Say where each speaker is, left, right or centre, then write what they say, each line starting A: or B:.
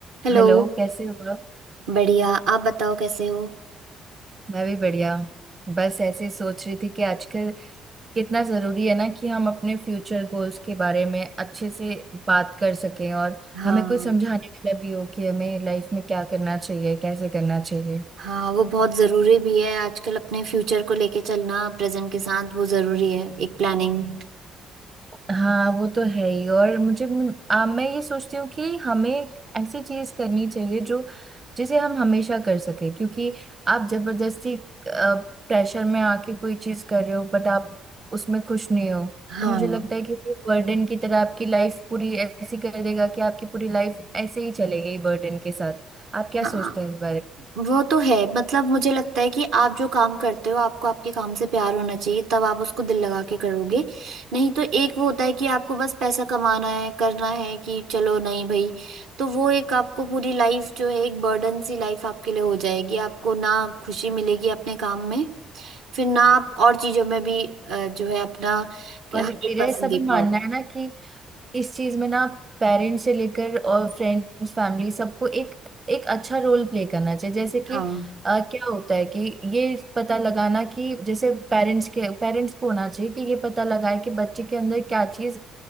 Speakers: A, on the right (about 75°); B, on the right (about 30°).
A: Hello
B: Hello कैसे हो आप
A: बढ़िया आप बताओ कैसे हो
B: मैं भी बढ़िया बस ऐसे ही सोच रही थी कि आजकल कितना जरूरी है ना कि हम अपने फ्यूचर गोल्स के बारे में अच्छे से बात कर सकें और
A: हाँ
B: हमें कुछ समझाने वाला भी हो कि हमें लाइफ में क्या करना चाहिए कैसे करना चाहिए
A: हाँ वो बहुत ज़रूरी भी है आजकल अपने फ्यूचर को लेके चलना प्रेजेंट के साथ वो ज़रूरी है एक प्लानिंग
B: हाँ वो तो है ही और मुझे आ, मैं ये सोचती हूँ कि हमें ऐसी चीज करनी चाहिए जो जिसे हम हमेशा कर सके क्योंकि आप जबरदस्ती प्रेशर में आके कोई चीज कर रहे हो बट आप उसमें खुश नहीं हो
A: हाँ
B: तो मुझे लगता है कि ये बर्डन की तरह आपकी लाइफ पूरी ऐसी कर देगा कि आपकी पूरी लाइफ ऐसे ही चले गई बर्डन के साथ आप क्या
A: हाँ
B: सोचते हैं इस बारे में
A: वो तो है मतलब मुझे लगता है कि आप जो काम करते हो आपको आपके काम से प्यार होना चाहिए तब आप उसको दिल लगा के करोगे नहीं तो एक वो होता है कि आपको बस पैसा कमाना है करना है कि चलो नहीं भाई तो वो एक आपको पूरी लाइफ जो है एक बर्डन सी लाइफ आपके लिए हो जाएगी आपको ना खुशी मिलेगी अपने काम में फिर ना आप और चीजों में भी अ, जो है अपना हंड्रेड
B: और मेरा
A: परसेंट
B: ऐसा भी
A: दे
B: मानना
A: पाओ
B: है ना कि इस चीज में ना पेरेंट्स से लेकर और फ्रेंड्स फैमिली सबको एक एक अच्छा रोल प्ले करना चाहिए जैसे कि
A: हाँ
B: अ, क्या होता है कि ये पता लगाना कि जैसे पेरेंट्स के पेरेंट्स को होना चाहिए कि ये पता लगाए कि बच्चे के अंदर क्या चीज